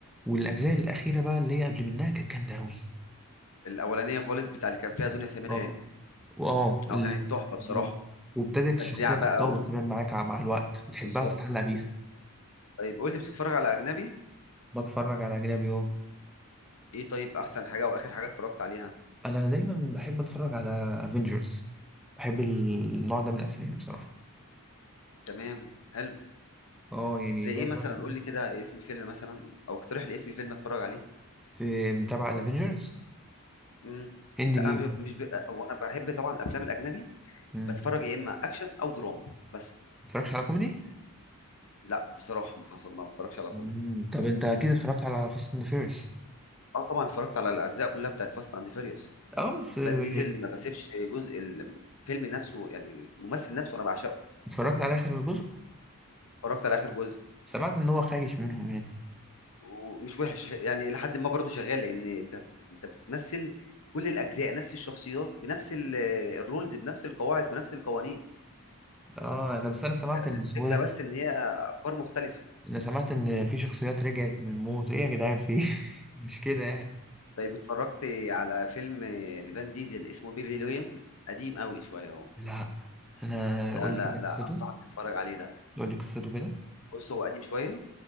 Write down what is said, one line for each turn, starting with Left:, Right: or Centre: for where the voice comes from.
Centre: والاجزاء الاخيره بقى اللي هي قبل منها كانت جامده قوي
Left: الاولانيه خالص بتاع اللي كان فيها دنيا سمير
Centre: اه
Left: غانم
Centre: واه
Left: اه
Centre: اللي
Left: كانت تحفه بصراحه
Centre: بالظبط وابتدت
Left: وفزيعه
Centre: الشخصيه تتطور
Left: بقى
Centre: كمان معاك مع الوقت بتحبها
Left: وبالظبط
Centre: وتتعلق بيها
Left: طيب قول لي بتتفرج على اجنبي
Centre: بتفرج على اجنبي اه
Left: ايه طيب احسن حاجه واخر حاجه اتفرجت عليها
Centre: انا دايما بحب اتفرج على افنجرز بحب النوع ده من الافلام بصراحه
Left: تمام حلو
Centre: اه يعني
Left: زي
Centre: ده
Left: ايه مثلا
Centre: ده
Left: قول لي كده اسم فيلم مثلا او اقترح لي اسم فيلم اتفرج عليه
Centre: إيه، متابع على افنجرز
Left: امم
Centre: هند
Left: لا
Centre: جيم
Left: انا ب- مش ب... هو انا بحب طبعا الافلام الاجنبي
Centre: امم
Left: بتفرج يا اما اكشن او دراما بس
Centre: متفرجش على كوميدي
Left: لا بصراحه ما حصل ما بتفرجش على
Centre: مم.
Left: كوميدي
Centre: طب انت اكيد اتفرجت على فاست اند فيرس
Left: اه طبعا اتفرجت على الاجزاء كلها بتاعت فاست اند فيريوس
Centre: اه بس آه،
Left: فان ديزل ما بسيبش جزء الفيلم نفسه يعني الممثل نفسه انا بعشقه
Centre: اتفرجت على اخر جزء
Left: اتفرجت على اخر جزء
Centre: سمعت ان هو خايش منهم يعني
Left: ومش وحش يعني لحد ما برضو شغال لان انت انت بتمثل كل الاجزاء نفس الشخصيات بنفس ال- الرولز بنفس القواعد بنفس القوانين
Centre: اه انا بس انا سمعت
Left: الفكره
Centre: ان اسمه ده
Left: بس ان هي افكار مختلفه
Centre: انا سمعت ان في شخصيات رجعت من الموت ايه يا جدعان في إيه؟ <laughs> مش كده يعني
Left: طيب اتفرجت على فيلم لفان ديزل اسمه بيبي لويون قديم قوي شويه اهو
Centre: لا انا
Left: لا
Centre: قول
Left: لا
Centre: لي كده
Left: لا
Centre: قصته
Left: انصحك تتفرج عليه ده
Centre: قول لي قصته كده
Left: بص هو قديم شويه